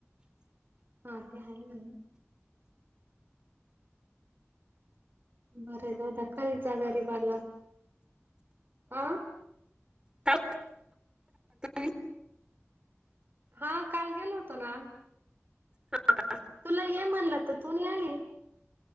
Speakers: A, on the right (about 45°); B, on the right (about 20°).
A: हा ते आहे नां बरं तोत्या खाली जागा भरणार ह
B: का <inaudible>
A: हा काल गेलो होतों नां आम्ही
B: हा
A: तुला ये म्हणलं तर तू नाहीं आली